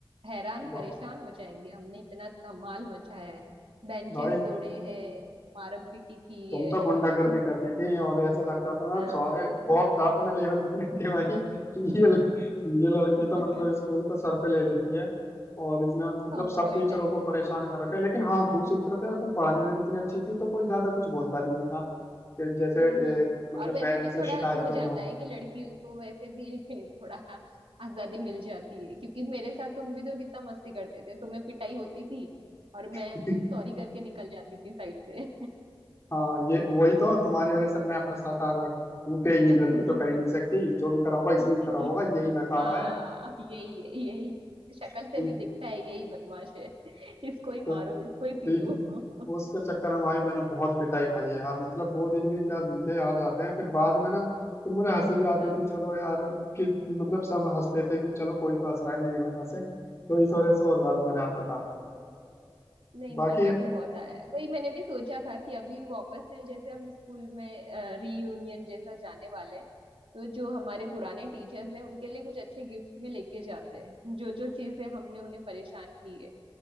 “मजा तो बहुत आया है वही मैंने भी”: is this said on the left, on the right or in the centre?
Right